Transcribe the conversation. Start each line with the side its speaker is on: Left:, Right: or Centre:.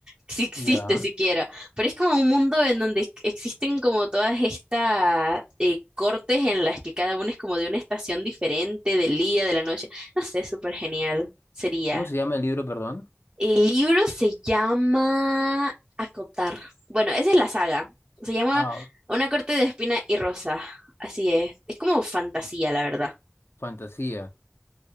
Right: si existe
Left: ya.
Right: siquiera, pero es como un mundo en donde ex- existen como todas estas eh, cortes en las que cada uno es como de una estación diferente, del día, de la noche, no sé, súper genial sería.
Left: ¿Cómo se llama el libro, perdón?
Right: El libro se llama Acotar. Bueno, esa es la saga. Se llama
Left: Ah,
Right: Una corte de espina y rosa. Así es. Es como fantasía, la verdad.
Left: fantasía.